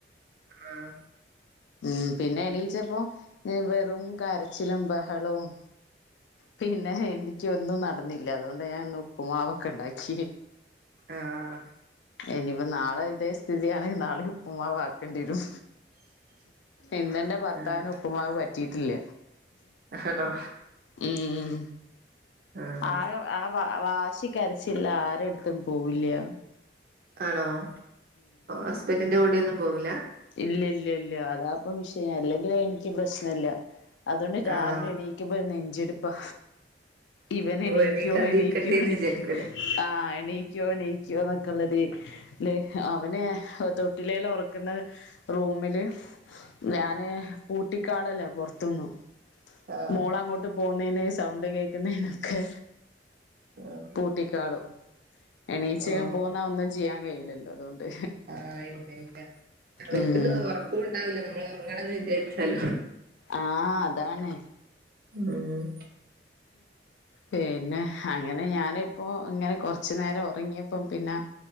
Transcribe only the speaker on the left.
ഉം പിന്നെ എണീച്ചപ്പോ എ വെറും കരച്ചിലും ബഹളവും പിന്നെ ഹെനിക്ക് ഒന്നും നടന്നില്ല അതുകൊണ്ട് ഞാന്നു ഉപ്പുമാവൊക്കെ ണ്ടാക്കി.
ഇനിയിപ്പ നാളെ ഇതേ സ്ഥിതിയാണെങ്കി നാളീം ഉപ്പുമാവ് ആക്കേണ്ടി വരും. ഇന്നന്നെ ഭർത്താവിന്
ഉപ്പുമാവ് പറ്റിയിട്ടില്ല.
ഉം
ആകെ ആ വ വാശി കരച്ചില്ല ആരെട്ത്തും പോവില്ല്യ
ഇല്ല്യ ഇല്ല്യ ഇല്ല്യ അതാപ്പ വിഷയം അല്ലെങ്കില് എനിക്ക് പ്രശ്നം ല്ല്യ അതോണ്ട് രാവ്
ലെ എണീക്കുമ്പ ഒരു നെഞ്ച്ടുപ്പാ. ഇവന് എണീക്കോ
എണീക്കോ എണീക്കോ
ആ എണീ ക്കോ എണീക്കോ ന്നൊക്കെള്ളതി ല് അവനേ തൊട്ടിലേല് ഒറക്കുന്ന റൂമില് ഞാന് പൂട്ടിക്കാളല്ലേ പൊർത്ത്ന്നു
മോള് അങ്ങോട്ട് പോകുന്നതിന് സൗണ്ട് കേക്കുന്നതിനൊക്കെ
കുട്ടിക്കാളും എണീച്ച്
പോകുന്ന ഒന്നും ചെയ്യാൻ കഴിയില്ലല്ലോ അതുകൊണ്ട്.
ഉം
ആഹ് അതാണ്
പിന്നെ അങ്ങനെ ഞാനിപ്പോ ഇങ്ങനെ കൊറച്ചു നേരം ഉറങ്ങിയപ്പം പിന്ന